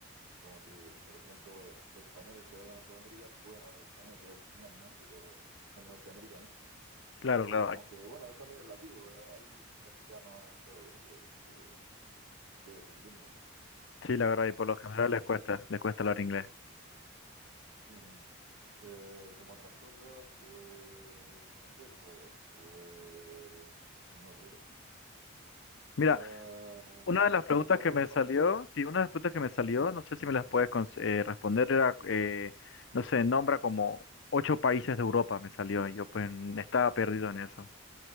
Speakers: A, on the right (about 75°); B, on the left (about 60°).
A: Como si, que por ejemplo, españoles que vayan a Sudamérica pueden hablar español, que es genial, ¿no? Pero en Norteamérica no.
B: claro, claro.
A: Bueno,
B: Ay,
A: aunque bueno, es también relativo. eh, Hay mucho mexicano en Estados Unidos que, que ellos sí entienden.
B: Sí, la verdad, y por lo general les cuesta, les cuesta hablar inglés.
A: Ujú. Eh, como otras cosas, pues consejos, pues no sé.
B: Mira,
A: Eh,
B: una de
A: actualmente
B: las preguntas
A: Europa,
B: que me salió, sí, una de las preguntas que me salió,
A: no,
B: no sé si me las puedes cons- eh, responder, era, eh, no sé, nombra como ocho países de Europa, me salió, y yo pues estaba perdido en eso.